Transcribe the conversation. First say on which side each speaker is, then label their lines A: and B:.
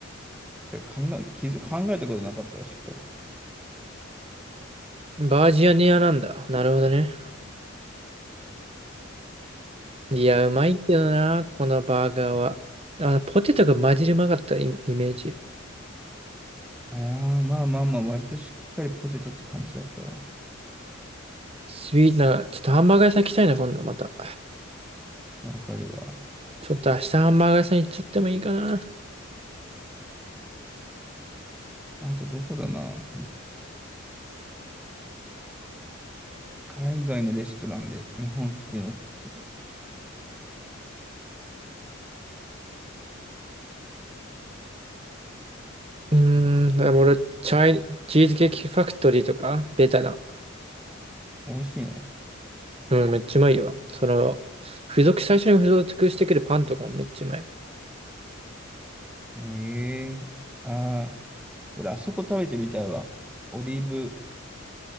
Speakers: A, in the centre; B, on the right.
A: てか考え、気づ、考えたことなかったわ、しっかり。
B: バージニアなんだ。なるほどね。いや、うまいけどな、このバーガーは。あの、ポテトが混じりうまかったイメイメージ。
A: ああ、まあまあまあ、割としっかりポテトって感じだったわ。
B: スイーツな、ちょっとハンバーガー屋さん行きたいな、今度また。
A: わかるわ。
B: ちょっと明日ハンバーガー屋さん行っちゃってもいいかな。
A: あと、どこだな海外のレストランで日本来てのって、
B: うーん、でも俺、チャイ、チーズケーキファクトリーとか、ベタな。
A: 美味しいの
B: うん、めっちゃうまいよ。その、付属、最初に付属してくるパンとかもめっちゃうまい。
A: ええーああ、俺、あそこ食べてみたいわ。オリーブ、